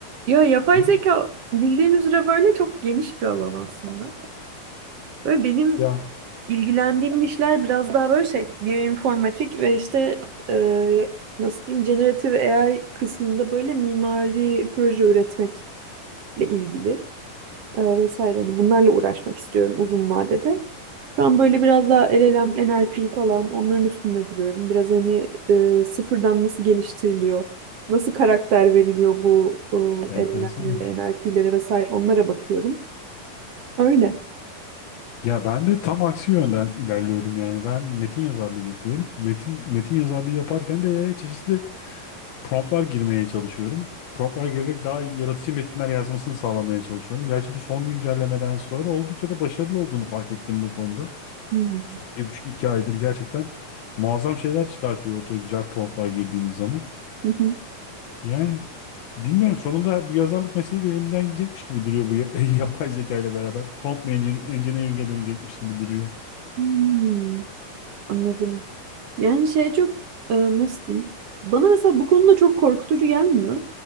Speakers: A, on the right (about 60°); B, on the left (about 80°).
A: Ya yapay
B: Evet.
A: zeka bildiğin üzere böyle çok geniş bir alan aslında. Böyle benim
B: Ya
A: ilgilendiğim işler biraz daha böyle şey, biyoinformatik ve işte e, nasıl diyeyim, generative AI kısmında böyle mimari proje üretmekle ilgili e, vesaire. Hani bunlarla uğraşmak istiyorum uzun vadede. Şu an böyle biraz daha LLM, NLP falan onların üstünde duruyorum. Biraz hani e, sıfırdan nasıl geliştiriliyor, nasıl karakter veriliyor bu
B: enteresanmış.
A: e, LLM'lere, NLP'lere vesaire onlara bakıyorum. Öyle.
B: Ya ben de tam aksi yönden ilerliyorum yani. Ben metin yazarlığı yapıyorum. Metin metin yazarlığı yaparken de çeşitli promptlar girmeye çalışıyorum. Promptlar girerek daha yaratıcı metinler yazmasını sağlamaya çalışıyorum. Gerçi bu son güncellemeden sonra oldukça da başarılı olduğunu fark ettim bu konuda.
A: Hmm.
B: Son bir buçuk iki aydır gerçekten muazzam şeyler çıkartıyor ortaya güzel promptlar girdiğiniz zaman.
A: Hı hı.
B: Yani bilmiyorum sonunda bu yazarlık mesleği de elimizden gidecekmiş gibi duruyor bu ya- <laughs> yapay zeka ile beraber. Prompt mu engineer- engineering'e dönecekmiş gibi duruyor.
A: Hmm, anladım. Yani şey çok e, nasıl diyeyim? Bana mesela bu konuda çok korkutucu gelmiyor.